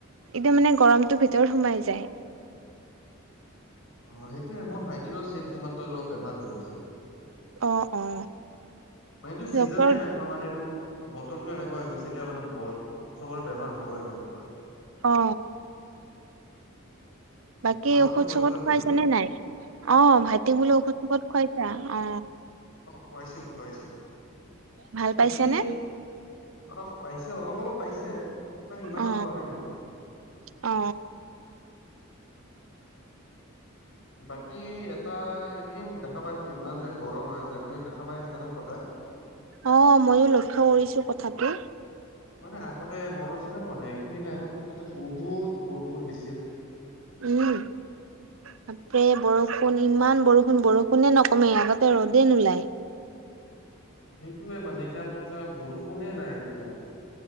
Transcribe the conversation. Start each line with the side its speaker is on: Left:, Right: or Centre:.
Right: এতিয়া মানে গৰমটো ভিতৰত সোমাই যায়।
Left: অ সেইটোৱে, মোৰ ভাইটিৰো চেম তোমাৰ দৰে অলপ বেমাৰ হৈ আছে।
Right: অ', অ',
Left: মানে এইটো ছিজনে
Right: ডক্তৰ
Left: এনেকুৱা মানেটো। বতৰটো এনেকুৱা হৈ গৈছে এতিয়া মানে বৰ চবৰে বেমাৰ হব এনেকুৱা।
Right: অ। বাকী
Left: উম, কোৱা কিবা
Right: ঔষধ
Left: কৈছিলা
Right: চৌষধ খুৱাইছা
Left: তুমি?
Right: নে নাই। অ' ভাইটিক বোলে ঔষধ চৌসুধ খুৱাইছা অ।
Left: খোৱাইছো খোৱাইছো
Right: ভাল
Left: বাকী
Right: পাইছেনে
Left: অ পাইছে। অলপ অলপ পাইছে মানে ইমানো
Right: অ
Left: পোৱা নাই মানে।
Right: অ।
Left: বাকী এটা এইকেইদিন দেখা পাইছু নেকি ইমান যে গৰম হৈ আছে। তুমি দেখা পাই আছা নে সদায়?
Right: অ' ময়ো লক্ষ্য কৰিছো কথাটো।
Left: মানে আগতে মনত আছেনে পোৱা নাই এইখিনি টাইমত বহুত বৰষুণ দিছিল।
Right: উম। তাকে বৰষুণ ইমান বৰষুণ, বৰষুণে নকমে আগতে ৰ'দে নোলায়। <inaudible>
Left: সেইটোয়ে মানে এতিয়া কতোয়ে বৰষুণে নাই এতিয়া।